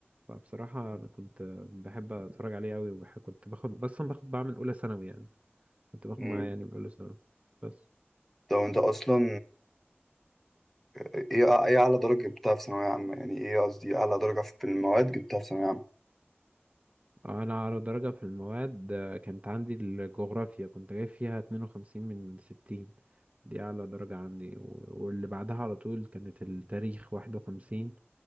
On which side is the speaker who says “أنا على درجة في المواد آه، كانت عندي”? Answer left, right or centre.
Right